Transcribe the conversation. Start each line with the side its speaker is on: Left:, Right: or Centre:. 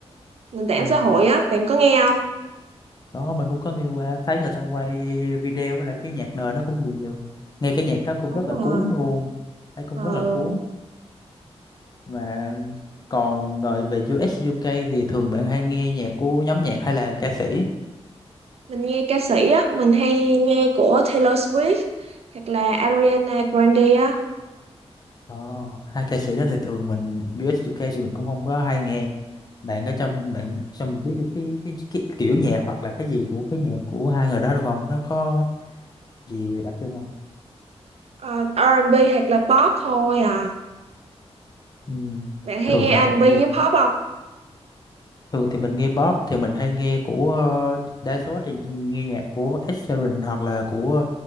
Right: nền tảng
Left: ờ,
Right: xã hội á, bạn có nghe không?
Left: đó mình cũng có nghe qua thấy người ta quay video với lại cái nhạc nền nó cũng nhiều nghe cái nhạc đó cũng
Right: Đúng
Left: rất là
Right: rồi.
Left: cuốn luôn thấy cũng
Right: Ờ.
Left: rất là cuốn và còn ngồi về u UK thì thường bạn hay nghe nhạc của nhóm nhạc hay là ca sĩ
Right: mình nghe ca sĩ á mình hay nghe của Taylor Swift hoặc là Ariana Grande á
Left: ờ, hai ca sĩ đó thì thường mình u UK thì mình cũng không có hay nghe bạn có trong bạn trong biết được cái, cái cái kiểu nhạc hoặc là cái gì của cái nhạc của hai người đó được không nó có gì đặc trưng không
Right: Ờ, R&B hoặc là pop thôi à
Left: ừ.
Right: bạn hay
Left: thường
Right: nghe
Left: mà
Right: R&B
Left: mình nghe
Right: với pop không
Left: thường thì mình nghe pop thì mình hay nghe của ờ, đa số thì nghe nhạc của Ed Sheeran hoặc là của